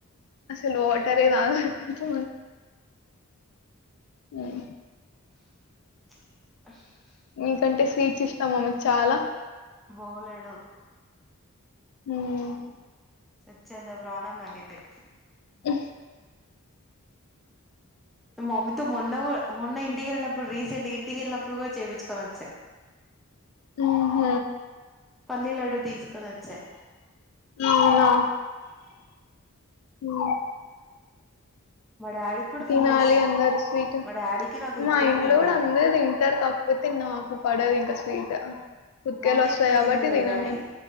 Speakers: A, on the left (about 75°); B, in the centre.
A: అసల్ వాటరే తగకుంటే మ్
B: చు
A: మీకంటే స్వీట్స్ ఇష్టమా మీకు చాలా
B: బోలెడు.
A: హ్మ్
B: చచ్చేంత ప్రాణం నాకైయితే
A: అ
B: మమ్మీతో మొన్న గు మొన్న ఇంటికెళ్ళినప్పుడు రీసెంట్ ఇంటికెళ్ళినప్పుడు కూడా చూపించుకొని వచ్చా
A: మ్ హ్
B: పల్లీలడ్డు తీసుకొని వచ్చా
A: అవునా ఓ
B: మా డాడీకి కూడా
A: తినాలి
B: ఫుల్ ఇష్టం
A: అందరు స్వీట్
B: మా డాడీకి నాకు
A: మా
B: ఇద్దరం
A: ఇంట్లో
B: తింటాం
A: కూడా అందరు తింటారు కాకపోతే నాకు పడది స్వీట్ ఉతికేలొస్తాయి
B: మమ్మీ ఎక్కువ
A: కాబట్టి
B: దిందులే
A: తిన
B: గాని
A: నేను.